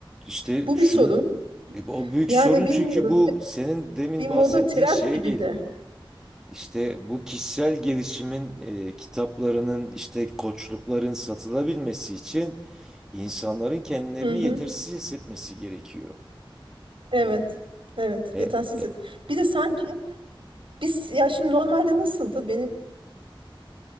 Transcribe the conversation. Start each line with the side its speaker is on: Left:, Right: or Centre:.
Centre: İşte
Right: Bu
Centre: şu
Right: bir sorun.
Centre: e, o büyük
Right: Yani
Centre: sorun
Right: bilmiyorum.
Centre: çünkü bu senin demin
Right: Bir moda
Centre: bahsettiğin
Right: trend
Centre: şeye
Right: gibi
Centre: geliyor.
Right: de.
Centre: İşte bu kişisel gelişimin e, kitaplarının işte koçlukların satılabilmesi için insanların kendilerini
Right: Hı hı.
Centre: yetersiz hissetmesi gerekiyor.
Right: Evet. Evet.
Centre: E,
Right: Yetersiz.
Centre: e,
Right: et- Bir de sanki biz ya şimdi normalde nasıldı? Benim